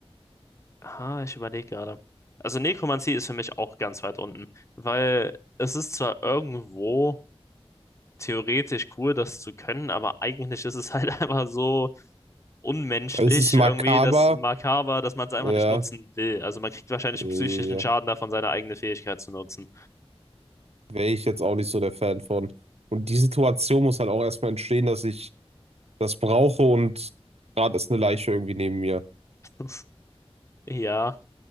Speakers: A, on the left; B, on the right.
A: ah, ich überlege gerade. Also Nekromantie ist für mich auch ganz weit unten, weil es ist zwar irgendwo theoretisch cool, das zu können, aber eigentlich ist es halt <laughs> einfach so unmenschlich
B: Also, Es ist makaber.
A: irgendwie, das Makaber, dass man es einfach
B: Ja,
A: nicht nutzen will. Also man kriegt wahrscheinlich
B: äh,
A: einen psychischen Schaden davon, seine eigene Fähigkeit zu nutzen.
B: wäre ich jetzt auch nicht so der Fan von. Und die Situation muss halt auch erstmal entstehen, dass ich das brauche und gerade ist eine Leiche irgendwie neben mir.
A: <laughs> Ja,